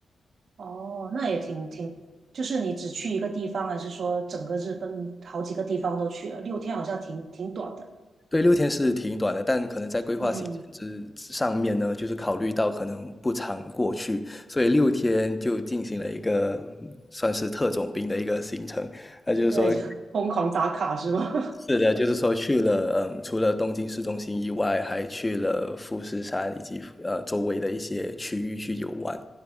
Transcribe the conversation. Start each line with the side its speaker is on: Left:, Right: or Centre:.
Right: 哦，那也挺挺，就是你只去一个地方，还是说整个日本好几个地方都去了？六天好像挺挺短的。
Left: 对，六天是挺短的，但可能在规划行程
Right: 嗯，
Left: 之上面呢，就是考虑到可能不常过去，所以六天就进行了一个算是特种兵的一个行程。那就是说，
Right: 对，就 <laughs> 疯狂打卡是吧？
Left: 是的，就是说去了，嗯，除了东京市中心以外，还去了富士山以及呃周围的一些区域去游玩。